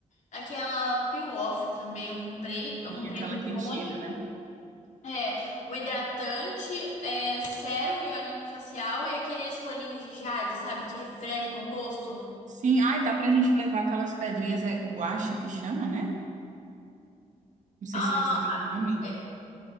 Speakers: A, on the left; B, on the right.
A: Aquela Peel Off também eu comprei. Eu
B: Tem
A: comprei
B: aquela
A: um
B: que
A: tônico,
B: tira, né?
A: é, um hidratante, é, sérum e olhinho facial e aqueles rolinhos de jade, sabe? Que refrescam o rosto.
B: Sim, ai, dá pra gente levar aquelas pedrinhas, é guaxa que chama, né? Não sei
A: Ah,
B: se é assim o nome.
A: é,